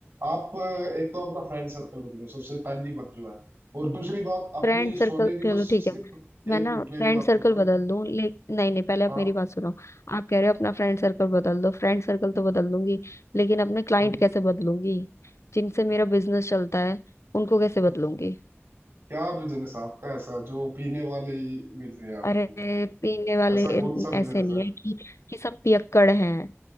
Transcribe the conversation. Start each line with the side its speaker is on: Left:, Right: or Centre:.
Right: आप अ, एक तो अपना फ्रेंड सर्कल बदलो सबसे पहली बात जो है और दूसरी बात अपनी
Left: फ्रेंड सर्कल
Right: सोने की
Left: चलो
Right: जो स्लिप
Left: ठीक है मैं
Right: एक
Left: ना
Right: मिनट मेरी
Left: फ्रेंड
Right: बात
Left: सर्कल
Right: सुन लो
Left: बदल दूं ले नहीं नहीं पहले आप
Right: हाँ
Left: मेरी बात सुनो आप कह रहे हो अपना फ्रेंड सर्कल बदल दो फ्रेंड सर्कल तो बदल दूंगी लेकिन अपने क्लाइंट
Right: हम्म
Left: कैसे बदलूंगी जिनसे मेरा बिजनेस चलता है उनको कैसे बदलूंगी
Right: क्या बिजनेस आपका ऐसा जो पीने वाले ही मिल रहे हैं आपको
Left: अरे पीने वाले
Right: ऐसा
Left: इन-
Right: कौन सा
Left: ऐसे
Right: बिजनेस
Left: नहीं
Right: है
Left: है कि कि सब पियक्कड़ हैं